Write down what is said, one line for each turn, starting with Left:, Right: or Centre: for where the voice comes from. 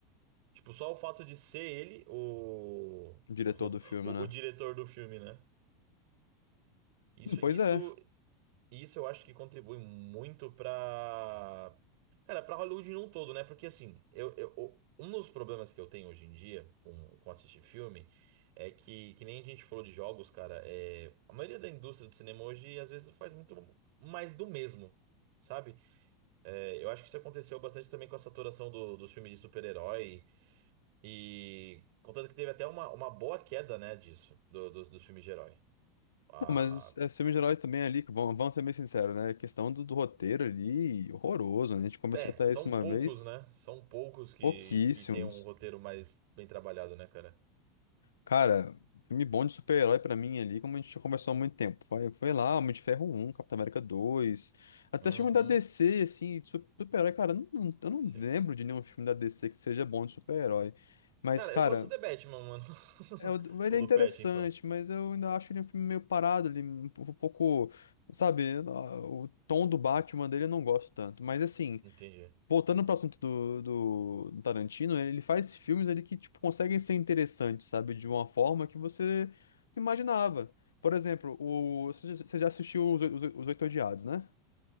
Right: Tipo, só o fato de ser ele o, <laughs>
Left: O diretor
Right: o,
Left: do filme,
Right: o
Left: né?
Right: o diretor do filme, né? Isso,
Left: Hum, Pois
Right: isso,
Left: é.
Right: isso eu acho que contribui muito pra. Cara, pra Hollywood num todo, né? Porque assim, eu, eu, o- um dos problemas que eu tenho hoje em dia com, com assistir filme é que, que nem a gente falou de jogos, cara, é, a maioria da indústria do cinema hoje às vezes faz muito mais do mesmo. Sabe? É, eu acho que isso aconteceu bastante também com a saturação do, dos filmes de super-herói. E contanto que teve até uma, uma boa queda, né, disso, do, do- dos filmes de herói. Ah,
Left: Não, mas é filme de herói também ali, que vamos, vamos ser bem sinceros, né? A questão do, do roteiro ali, horroroso, né? A gente começou
Right: é,
Left: até
Right: são
Left: isso uma
Right: poucos,
Left: vez.
Right: né? São poucos que,
Left: Pouquíssimos.
Right: que tem um roteiro mais bem trabalhado, né, cara?
Left: Cara, filme bom de super-herói pra mim ali, como a gente já conversou há muito tempo. Foi, foi lá, Homem de Ferro um Capitão América dois Até
Right: Uhum,
Left: filme da DC, assim, de su- super-herói, cara, não- não- eu não
Right: sim.
Left: lembro de nenhum filme da DC que seja bom de super-herói. Mas,
Right: Cara,
Left: cara,
Right: eu gosto do The Batman, mano. <laughs>
Left: é, o- ele
Right: Ou
Left: é
Right: do
Left: interessante,
Right: Pattinson.
Left: mas eu ainda acho ele um filme meio parado ali, um um pouco, sabe, o tom do Batman dele eu não gosto tanto. Mas assim.
Right: Entendi.
Left: voltando pro assunto do, do, do Tarantino, ele faz filmes ali que, tipo, conseguem ser interessantes, sabe? De uma forma que você imaginava. Por exemplo, o, você já você já assistiu Os, Oi- Os, Oi- Os Oito Odiados, né?